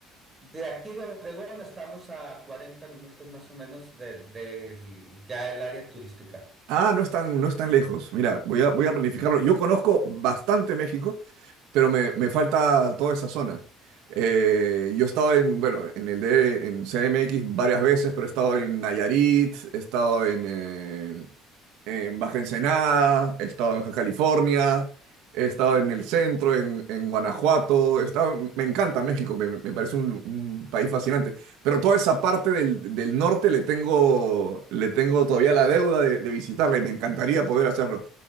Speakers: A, on the right (about 25°); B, on the right (about 80°).
A: De aquí de Obregón estamos a 40 minutos más o menos del del- ya el área turística.
B: Ah, no es tan, no es tan lejos. Mira, voy a, voy a planificarlo. Yo conozco bastante México, pero me, me falta toda esa zona. Eh, yo he estado en, bueno, en el de, en CMX varias veces, pero he estado en Nayarit, he estado en, eh, en Baja Ensenada, he estado en Baja California, he estado en el centro, en, en Guanajuato. He estado- me encanta México, me, me parece un, un país fascinante. Pero toda esa parte del, del norte le tengo, le tengo todavía la deuda de, de visitarla y me encantaría poder hacerlo.